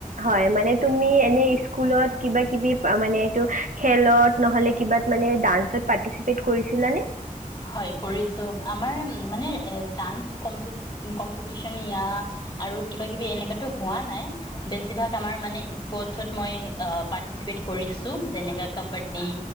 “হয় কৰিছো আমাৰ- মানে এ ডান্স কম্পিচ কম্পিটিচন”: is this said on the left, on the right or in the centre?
Left